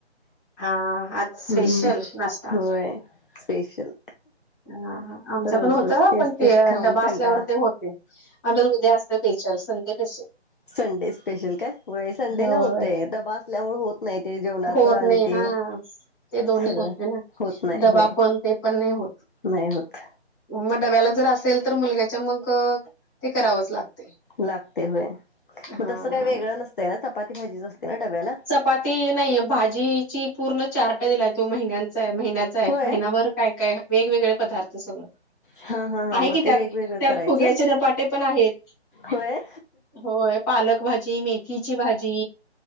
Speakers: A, on the left; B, on the left.
A: हां, आज स्पेशल
B: हम्म
A: नाश्ता.
B: होय स्पेशल.
A: अ आमचं
B: रोज
A: पण होत
B: रोज तेच
A: पण ते
B: तेच खाऊन
A: डबा
B: कंटाळा
A: असल्यावर ते होते. आता उद्या असत special Sunday special
B: Sunday special काय व संडे
A: होय.
B: ला होतेय डब्बा आसल्यामुळे हो नाही ते जेवणाच
A: होत
B: आणि
A: नाही
B: ते
A: हां, ते दोन्ही
B: सगळं
A: होत नाही ना.
B: होत नाही
A: डबा
B: होय.
A: पण ते पण नाही होत.
B: नाही होत.
A: मग डब्याला जर असेल तर मुलग्याच्या मग ते करावंच लागत.
B: लागते होय
A: हां.
B: मग तसं काही वेगळं नसतंय ना चपाती भाजीच असते ना डब्याला?
A: चपाती नाहीय भाजीची पूर्ण चार्ट दिलाय तो महिन्यांचा आहे महिन्याचा आहे
B: होय
A: महिन्याभर काय काय वेगवेगळे पदार्थ सगळं.
B: हा हा हा
A: आहे
B: मग
A: की
B: ते
A: त्यात
B: वेगवेगळं
A: त्यात
B: करायचं
A: फुग्याचे धपाटे पण आहेत.
B: होय
A: होय पालक भाजी मेथीची भाजी